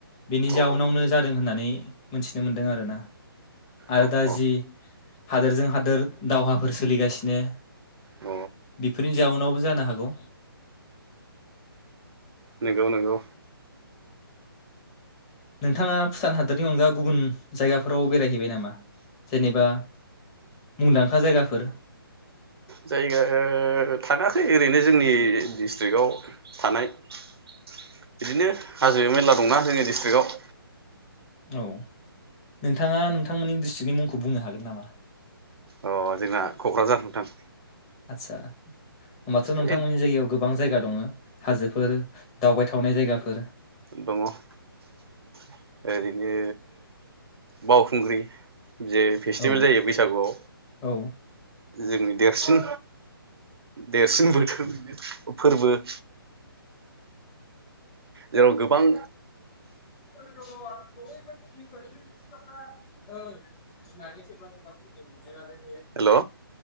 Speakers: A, on the left (about 20°); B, on the right (about 80°).
A: बेनि
B: औ
A: जाउनावनो जादों होननानै मोनथिनो मोनदों आरोना आरो
B: औ
A: दा
B: औ
A: जि हादोरजों हादोर दावहाफोर सोलिगासिनो
B: औ
A: बेफोरनि जाउनावबो जानो हागौ
B: नोंगौ नोंगौ
A: नोंथाङा भुटान हादरनि अनगा गुबुन जायगाफोराव बेरायहैबाय नामा जेनेबा मुंदांखा जायगा फोर
B: जायगा ओ थांङाखै ओरैनो जोंनि डिस्ट्रिकआव थानाय बिदिनो हाजो मेरला दंना जोंनि डिस्ट्रिक्टआव
A: औ नोंथाङा नोंथांमोननि डिस्ट्रिक्टनि मुंखौ बुंनो हागोन नामा
B: अ जोंना कक्राझार नोंथां
A: आदसा होमबाथ नोंथांमोननि
B: ओइ
A: जायगायाव गोबां जायगा दंङ हाजोफोर दावबायथावनाय जायगाफोर
B: दंङ ओरैनो बावखुंग्रि जे फेस्टिभेल
A: औ
B: जायो बैसागुआव
A: औ
B: जोंनि देरसिन देरसिनबोथ <unintelligible> फोरबो <unintelligible> जेराव गोबां
A: <unintelligible>
B: हेल'